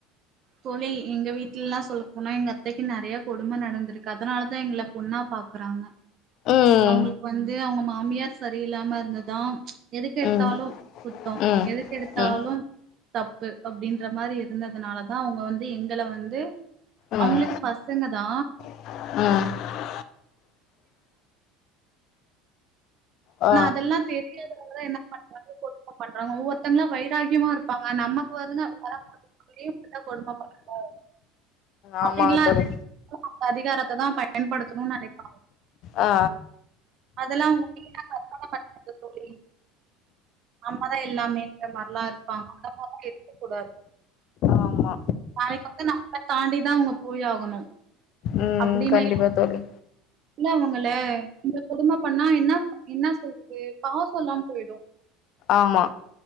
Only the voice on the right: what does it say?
தோழி எங்க வீட்லல்லா சொல்ல போனா எங்க அத்தைக்கு நறைய கொடும நடந்திருக்கு அதனாலதா எங்கள பொண்ணா பாக்கறாங்க
அவுங்களுக்கு வந்து அவுங்க ம மாமியார் செரியில்லாம இருந்ததா எதுக்கெடுத்தாலு
குத்தம்
எதுக்கெடுத்தாலு
தப்பு அப்டின்ற மாரி இருந்ததுனாலதா அவுங்க வந்து எங்கள வந்து
அவுங்களுக்கு பசங்க தா
ஆனா அதெல்லா தெரியாதனாலதா என்ன பண்றாங் க கொடும பண்றாங்க ஒவ்வொருத்தங்களா வைராக்கியமா இருப்பாங்க நமக்கு வரு <inaudible> இவுங்ளுயு இப்டிதா கொடும பண்ணனு
அப்டின்ல்லா
இருக்க அந்த அதிகாரத்த தா பயன்படுதணுன் நெனைபாங்க
அதெல்லா <unintelligible> பண்றது தோழி நம்மதா எல்லாமேன்ற மாரிலா இருப்பாங்க அந்த மாரிலா இருக்க கூடாது
இன்னைக்கு வந்து நம்பள தாண்டிதா அவுங்க போய் ஆகணு
அப்டினு
இல்ல அவுங்கள இந்த கொடும பண்ணா என்னப் என்ன சொல்றது பாசல்லாம போயிடு